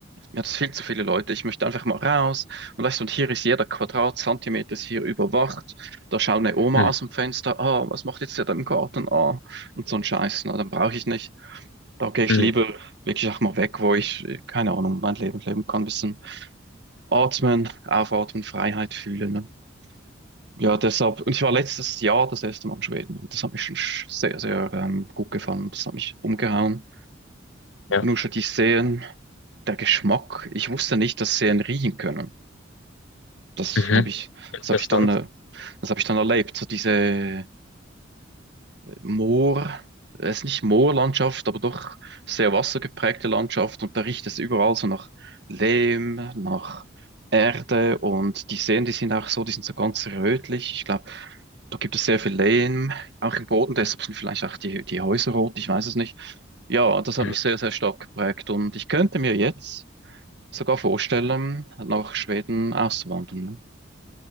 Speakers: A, on the right (about 55°); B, on the left (about 75°).
A: mir hat es viel zu viele Leute. Ich möchte einfach mal raus. Und weißt du, und hier ist jeder Quadratzentimeter ist hier überwacht. Da schaut eine Oma
B: Mhm.
A: aus dem Fenster. Ah, was macht jetzt der da im Garten? Ah, und so ein Scheiß. Na, dann brauche ich nicht. Da gehe ich
B: Mhm.
A: lieber wirklich auch mal weg, wo ich, äh, keine Ahnung, mein Leben leben kann. Ein bisschen atmen, aufatmen, Freiheit fühlen. Ne? Ja, deshalb, und ich war letztes Jahr das erste Mal in Schweden und das hat mich schon sch- sehr, sehr ähm, gut gefallen. Das hat mich umgehauen.
B: Ja.
A: Nur schon die Seen, der Geschmack. Ich wusste nicht, dass Seen riechen können. Das
B: Mhm.
A: habe ich,
B: Interessant.
A: das habe ich dann, äh, das habe ich dann erlebt. So diese Moor, äh, es ist nicht Moorlandschaft, aber doch sehr wassergeprägte Landschaft und da riecht es überall so nach Lehm, nach Erde und die Seen, die sind auch so, die sind so ganz rötlich. Ich glaube, da gibt es sehr viel Lehm, auch im Boden, deshalb sind vielleicht auch die, die Häuser rot, ich weiß es nicht. Ja, das hat
B: Mhm.
A: mich sehr, sehr stark geprägt und ich könnte mir jetzt sogar vorstellen, nach Schweden auszuwandern.